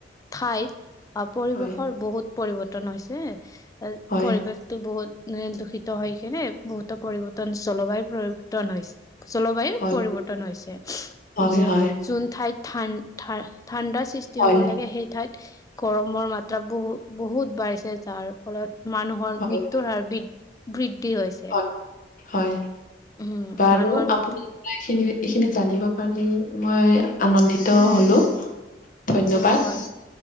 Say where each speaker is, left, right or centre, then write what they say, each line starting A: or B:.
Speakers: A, on the left (about 20°); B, on the left (about 45°).
A: ঠাই অ পৰিৱেশৰ
B: হয়
A: বহুত পৰিৱৰ্তন হৈছে
B: হয়
A: পৰিৱেশটো বহুত <unintelligible> দূষিত হৈ কিনে বহুতো পৰিৱৰ্তন জলবায়ু পৰিৱৰ্তন হৈছে জলবায়ুৰ
B: হয়
A: পৰিৱৰ্তন হৈছে
B: হয়
A: যে
B: হয়
A: যোন ঠাইত থান ঠাণ্ডাৰ সৃষ্টি
B: হয়
A: হ'ব লাগে সেই ঠাইত গৰমৰ মাত্ৰা বহু বহুত বাঢ়িছে যাৰ ফলত মানুহৰ
B: হয়
A: মৃত্যুৰ হাৰ বি বৃদ্ধি হৈছে
B: হয় হয়।
A: উম
B: বাৰু
A: মানুহৰ
B: আপোনাৰ
A: মৃত্যু
B: এইখিনি এইখিনি জানিব পাৰি মই আনন্দিত হলো ধন্যবাদ
A: উম হয়